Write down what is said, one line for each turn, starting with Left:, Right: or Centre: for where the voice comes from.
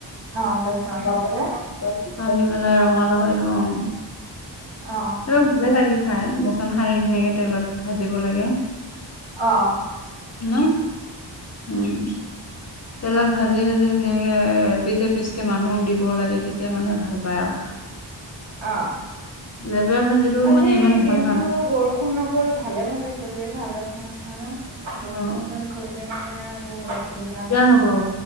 Right: অ বেচন
Left: <unintelligible>
Right: দি পেলাই
Left: ভাঙি পেলাই ৰঙালাও এইটো অ'
Right: অ
Left: <unintelligible> ভালে লাগে খাই বেচন সানি ধুনীয়াকে তেলত ভাজিব লাগে।
Right: অ',
Left: ন, উম। তেলত ভাজি ভাজি ধুনীয়াকে এপিচ এপিচকে মানুহক দিব লাগে তেতিয়া মানুহে ভাল পায় আৰু।
Right: অ'।
Left: লেবেৰা ভাজিটো
Right: আজি
Left: মানে ইমান
Right: দিনতটো
Left: ভাল নাল
Right: বৰষুণ নপৰি ভালে ভালে গ'লেই ভাল আছে আৰু। বৰষুণগাল
Left: অ
Right: পৰিলে মানে আৰু বহুত অসুবি
Left: হ'ব